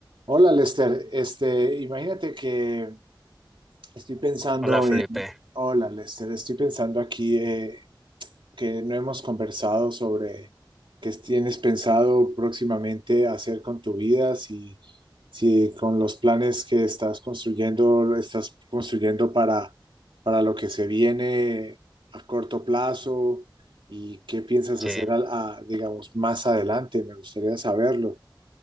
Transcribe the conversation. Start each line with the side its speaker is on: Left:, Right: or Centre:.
Right: Hola Lester, este, imagínate que estoy pensando
Centre: Hola Felipe,
Right: en, hola Lester, estoy pensando aquí eh, que no hemos conversado sobre qué tienes pensado próximamente hacer con tu vida, si, si con los planes que estás construyendo, lo estás construyendo para, para lo que se viene a corto plazo y qué piensas
Centre: sí,
Right: hacer, al- a, digamos, más adelante, me gustaría saberlo.